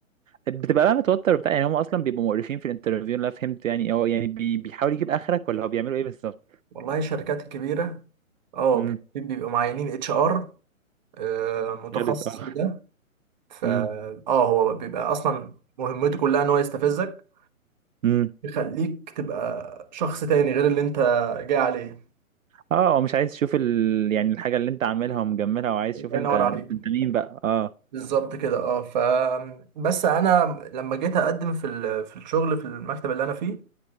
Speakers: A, on the right; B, on the right.
A: بتبقى بقى متوتر وبتاع يعني هم اصلا بيبقوا مقرفين في الانترفيو اللي انا فهمت يعني هو يعني بي... بيحاول يجيب اخرك ولا هو بيعملوا ايه بالظبط
B: والله الشركات الكبيرة اه
A: امم
B: بي- بيبقوا معينين اتش ار آه، متخصص
A: غلس اه
B: لده فا
A: امم
B: اه هو بيبقى اصلا مهمته كلها ان هو يستفزك
A: امم
B: يخليك تبقى شخص تاني غير اللي انت جاي عليه
A: اه هو مش عايز يشوف ال... يعني الحاجة اللي انت عاملها ومجملها وعايز
B: الله
A: يشوف انت
B: ينور عليك
A: انت مين بقى اه
B: بالظبط كده اه ف بس انا لما جيت اقدم في ال- في الشغل في المكتب اللي انا فيه